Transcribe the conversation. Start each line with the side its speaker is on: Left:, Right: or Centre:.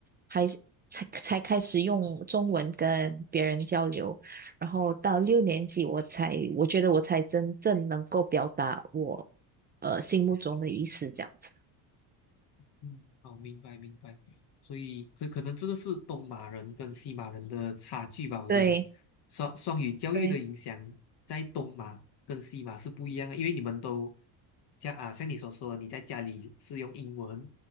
Right: 还是才才开始用中文跟别人交流，然后到六年级我才，我觉得我才真正能够表达我呃心目中的意思，这样子。
Left: 嗯，好，明白明白。所以可可能这个是东马人跟西马人的差距吧，我觉得
Right: 对。
Left: 双双语教育的影响在东马跟西马是不一样的，
Right: 对，
Left: 因为你们都像啊像你所说，你在家里是用英文，